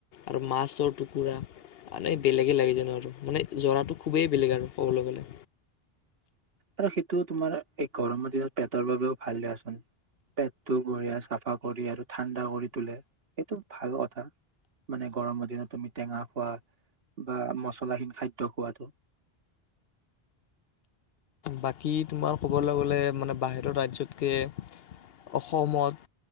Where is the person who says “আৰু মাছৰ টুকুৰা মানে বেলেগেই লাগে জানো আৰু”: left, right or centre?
Left